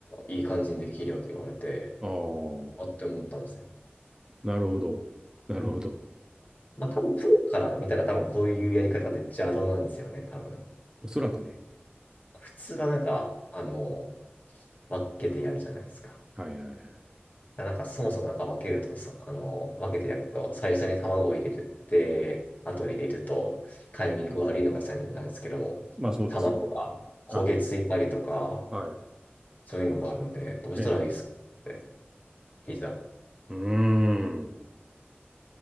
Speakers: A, on the left; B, on the right.
A: いい感じにできるよと言われて、
B: ああ、
A: あって思ったんですね。
B: なるほど。なるほど。
A: まあ多分プロから見たら多分こういうやり方って邪道なんですよね、多分。
B: おそらくね。
A: 普通はなんか、あの、分けてやるじゃないですか。
B: はいはいはい。
A: なんかそもそもなんか分けると、そあの、分けて焼くと、最初に卵を入れて、後で入れると、タイミング悪いのが先なんですけども、
B: まあそうですよね。
A: 卵が焦げついたりとか、
B: はい。はい。
A: そういうのがあるんで、どうしたらいいですかって
B: ええ。
A: 聞いた。
B: うーん。